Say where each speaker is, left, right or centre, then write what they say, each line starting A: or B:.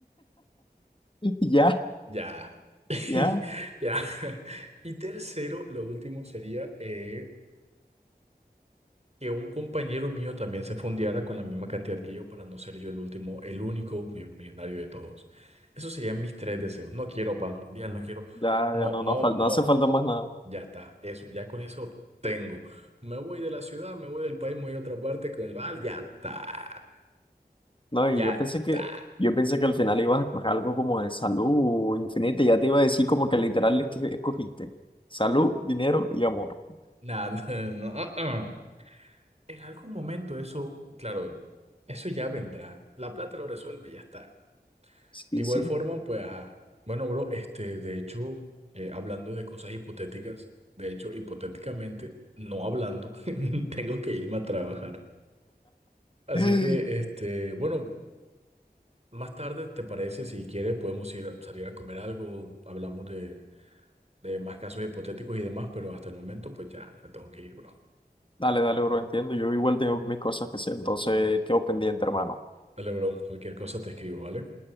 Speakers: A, on the left; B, on the right.
A: Ya,
B: Ya, <laughs>
A: ya,
B: ya. Y tercero, lo último sería eh, que un compañero mío también se fondeara con la misma cantidad que yo para no ser yo el último, el único mi- millonario de todos. Esos serían mis tres deseos. No quiero paz mundial, no quiero...
A: ya,
B: No,
A: ya no,
B: no,
A: no, fal-
B: no.
A: no hace falta más nada.
B: Ya está, eso, ya con eso tengo. Me voy de la ciudad, me voy del país, me voy a otra parte con el bar, ya está,
A: No,
B: ya
A: y yo
B: está.
A: pensé que, yo pensé que al final ibas a escoger algo como de salud infinita, y ya te iba a decir como que literal es que escogiste. Salud, dinero y amor.
B: Nada, <laughs> no, uh-uh. En algún momento eso, claro, eso ya vendrá. La plata lo resuelve y ya está.
A: Sí,
B: De igual
A: sí.
B: forma, pues, ajá. Bueno, bro, este, de hecho, eh, hablando de cosas hipotéticas, de hecho, hipotéticamente, no hablando, <laughs> tengo que irme a trabajar. Así
A: <gasps>
B: que,
A: <laughs>
B: este, bueno, más tarde, ¿te parece? Si quieres, podemos ir a salir a comer algo, hablamos de, de más casos hipotéticos y demás, pero hasta el momento, pues ya, me tengo que ir, bro.
A: Dale, dale, bro, entiendo. Yo igual tengo mis cosas que hacer, entonces quedo pendiente, hermano.
B: Dale, bro, cualquier cosa te escribo, ¿vale?